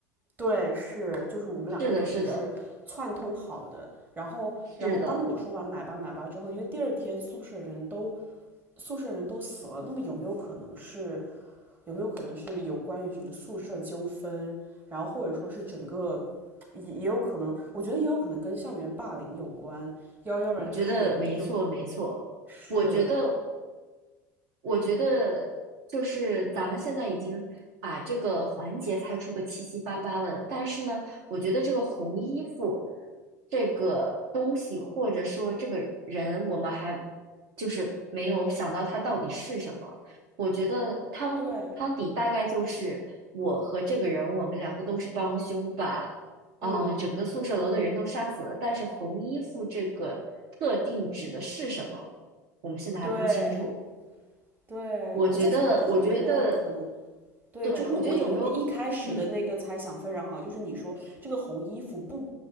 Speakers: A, on the right (about 20°); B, on the right (about 55°).
A: 对，是，就是我们两个可能是串通好的。
B: 是的，是的，
A: 然后，
B: 是的，
A: 然后当我说完买吧买吧之后，因为第二天宿舍人都宿舍人都死了，那么有没有可能是有没有可能是有关于什么宿舍纠纷，然后或者说是整个也也有可能，我觉得也有可能跟校园霸凌有关，要要不然就是有
B: 我觉得没错，没错。
A: 是
B: 我觉得。我觉得就是咱们现在已经把这个环节猜出个七七八八了，但是呢，我觉得这个红衣服这个东西，或者说这个人，我们还就是没有想到他到底是什么。我觉得汤汤底大概就是我和这个人，
A: 对，
B: 我们两个都是帮凶，把啊、
A: 嗯，
B: 呃整个宿舍楼的人都杀死了，但是红衣服这个特定指的是什么，我们现在还不清楚。
A: 对对，
B: 我觉得，
A: 我在想我在想有没有可能
B: 我觉得，
A: 对，
B: 对，
A: 就是我觉得你一开始的那个猜想非常好，
B: 我觉得有没有，嗯，
A: 就是你说这个红衣服不